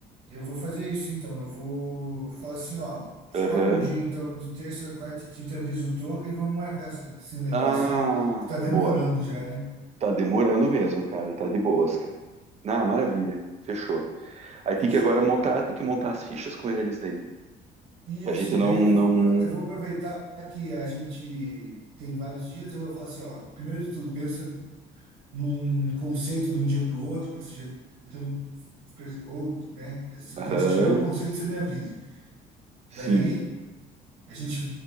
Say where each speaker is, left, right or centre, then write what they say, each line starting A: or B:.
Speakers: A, on the right; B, on the right.
A: Eu vou fazer isso então. Eu vou falar assim, ó. Escolhe
B: Aham.
A: um dia então de terça, quarta e quinta, avisa o Toca e vamos marcar essa- esse negócio
B: Ah,
A: aí que tá demorando
B: boa.
A: já, né?
B: Tá demorando mesmo, cara. Tá de boas, cara. Ah, maravilha. Fechou. Aí tem
A: Fechou?
B: que agora montar, tem que montar as fichas com eles daí.
A: Isso,
B: Pra gente
A: e
B: não,
A: daí
B: não.
A: eu vou, pro- eu vou aproveitar que a gente tem vários dias, eu vou falar assim, ó, primeiro de tudo, pensa num conceito de um dia para o outro, porque você já tem um, ou, né, se,
B: Aham.
A: quando você tiver um conceito, você me avisa.
B: Sim.
A: Daí, a gente,